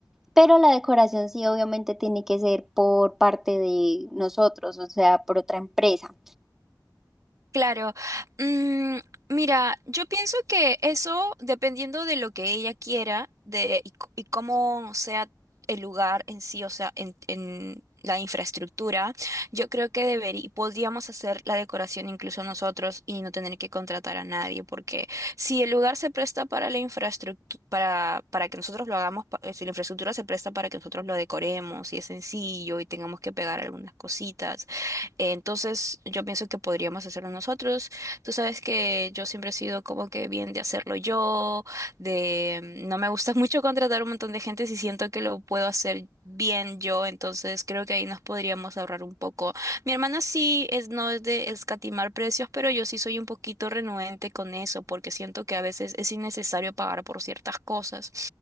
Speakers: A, in the centre; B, on the right.
A: pero la decoración sí obviamente tiene que ser por parte de nosotros, o sea, por otra empresa.
B: Claro. Mm, mira, yo pienso que eso, dependiendo de lo que ella quiera de, y, c- y cómo sea el lugar en sí, o sea, en, en la infraestructura, yo creo que deberí- podríamos hacer la decoración incluso nosotros y no tener que contratar a nadie, porque si el lugar se presta para la infraestructura, para, para que nosotros lo hagamos, pa- eh, si la infraestructura se presta para que nosotros lo decoremos y es sencillo y tengamos que pegar algunas cositas. Eh, Entonces, yo pienso que podríamos hacerlo nosotros. Tú sabes que yo siempre he sido como que bien de hacerlo yo, de mm, no me gusta <laughs> mucho contratar un montón de gente si siento que lo puedo hacer bien yo, entonces creo que ahí nos podríamos ahorrar un poco. Mi hermana sí es no es de escatimar precios, pero yo sí soy un poquito renuente con eso porque siento que a veces es innecesario pagar por ciertas cosas.